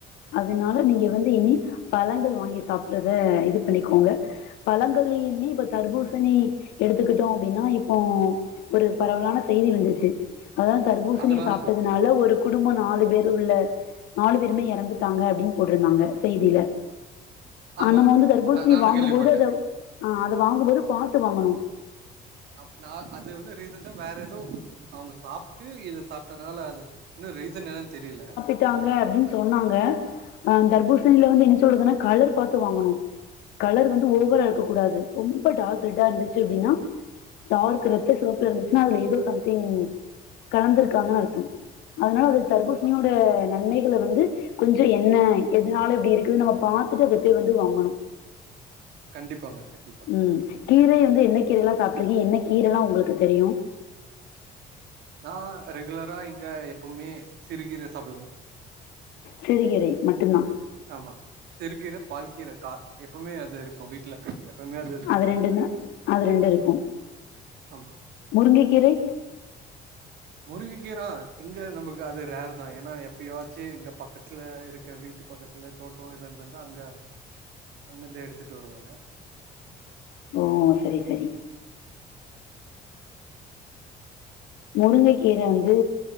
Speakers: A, on the left (about 85°); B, on the right (about 75°).
A: அதுனால நீங்க வந்து இனி பழங்கள் வாங்கி சாப்ட்றத இது பண்ணிக்கோங்க பழங்கள்லிமே இப்ப தர்பூசணி எடுத்துக்கிட்டோ அப்டின்னா இப் போ ஒரு பரவலான செய்தி வந்துச்சு அதா தர்பூசணிய
B: அதனால
A: சாப்ட்டது துனால ஒரு குடும்பொ நாலு பேர் உள்ள நாலு பேருமே எறந்துட்டாங்க அப்டின்னு போட்ருந்தாங்க செய்தில
B: ஆமா
A: ஆனா நம்ம வந்து தர்பூசணி
B: நா நானு
A: வாங்கும்போது
B: கேள்விப்பட்டே
A: அத அ அத வாங்கும்போது பாத்து வாங்கணு
B: அப்னா அது வந்து ரீசண்டா வேற எதோ அவுங்க சாப்ட்டு இத சாப்ட்டனால அது இன்னு ரீசன் என்னன் தெரியல
A: ட்டாங்க அப்டின்னு சொன்னாங்க அ தர்பூசணில வந்து என்ன சொல்றதுன்னா கலர் பாத்து வாங்கணு கலர் வந்து ஓவரா இருக்க கூடாது ரொம்ப டார்க் ரெட்டா இருந்துச்சு அப்டின்னா டார்க்கு ரெத்த சிவப்புல இருந்துச்சுன்னா அதுல எதோ சம்திங் கலந்துருக்காங்கன்னு அர்த்தம் அதுனால அது தர்பூசணியோட
B: அ,
A: நன்மை யில வந்து கொஞ்சோ என்ன எதுனால இப்டி இருக்குதுன் நம்ம பாத்துட்டு வெட்டி வந்து வாங்கணு
B: கண்டிப்பாங்க கண்டிப்
A: ம் கீரை வந்து என்ன கீரைையல்லா சாப்ட்ருக்கீங் என்ன கீரெல்லா உங்களுக்கு தெரியு
B: நா ரெகுலரா இங்க எப்பவ்மே சிறுகீர சாப்டுவே
A: சிறுகீரை மட்டுந்தா
B: ஆமா சிறுகீர பால் கீர கா எப்பமே அது இருக்கு வீட்ல எப்பவுமே செய்வாங்க
A: அது ரெண்டுந்தா அது ரெண்டு இருக்கு
B: ஆமா
A: முருங்கக்கீரை
B: முருங்ககீரா இங்க நமக்கு அது ரேர்தா ஏன்னா எப்பியாச்சு இங்க பக்கத்துல இருக்க வீட்டு பக்கத் ல தோட்டோ இதா இருந்துதா அங்க அங்கிருந்தே எடுத்துட்டு வருவாங்க
A: ஓ செரி செரி முருங்கை கீர வந்து